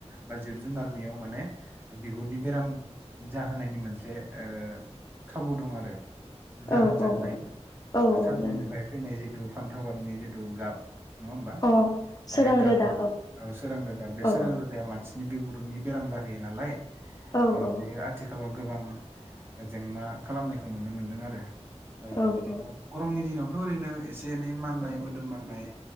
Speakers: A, on the right; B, on the left.
A: बा जिब जुनारनियाव माने बिगुरनि बेराम जाहोनायनि मोनसे ओ खाबु दं आरो जाहोन
B: औ
A: जानो
B: औ
A: हायो सानदुंनिफ्राय
B: जागोन
A: फैनाय जिथु फान्थाव गाबनि जिथु गाब नङा होमबा
B: अ सोरां
A: बे गाबा
B: रोदा
A: औ सोरां रोदा बे
B: औ
A: सोरां रोदाया मानसि बिगुरनि बेराम जाहैयो नालाय
B: औ
A: ओ
B: औ
A: बेयो आथिखालाव गोबां जेंना खालामनायखौ नुनो मोनदों आरो ओ
B: औ
A: बिदिनो
B: औ
A: गरमनि दिनावथ' ओरैनो एस एसे एनै माननाय मोदोम माननाय